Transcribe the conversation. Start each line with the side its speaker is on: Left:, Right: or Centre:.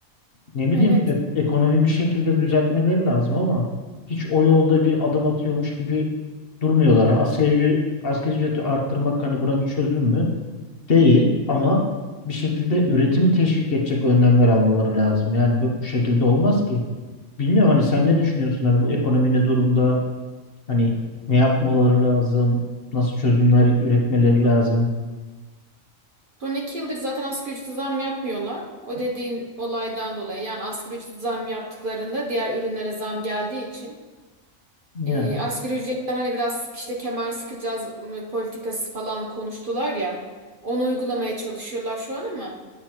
Left: Ne bileyim
Right: Evet.
Left: e- ekonomi bir şekilde düzeltmeleri lazım ama hiç o yolda bir adım atıyormuş gibi durmuyorlar. Ha, Asgari, asgari ücreti arttırmak hani buna bir çözüm mü? Değil ama bir şekilde üretimi teşvik edecek önlemler almaları lazım. Yani bu, bu şekilde olmaz ki. Bilmiyorum hani sen ne düşünüyorsun hani bu ekonomi ne durumda? Hani ne yapmaları lazım? Nasıl çözümler üretmeleri lazım?
Right: Son iki yıldır zaten asgari ücrete zam yapmıyorlar. O dediğin olaydan dolayı yani asgari ücrete zam yaptıklarında diğer ürünlere zam geldiği için
Left: Yani
Right: e, asgari ücretten hani biraz işte kemer sıkacağız m, politikası falan konuştular ya. Onu uygulamaya çalışıyorlar şu an ama